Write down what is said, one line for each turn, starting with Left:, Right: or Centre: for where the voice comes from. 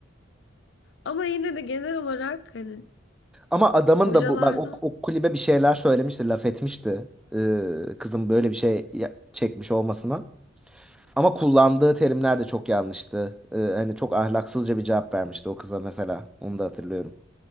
Left: Ama yine de genel olarak hani
Centre: Ama adamın
Left: hocalardan
Centre: da bu bak o, o kulübe bir şeyler söylemişti, laf etmişti. Ee, kızın böyle bir şey ya- çekmiş olmasına. Ama kullandığı terimler de çok yanlıştı. Ee, hani çok ahlaksızca bir cevap vermişti o kıza mesela. Onu da hatırlıyorum.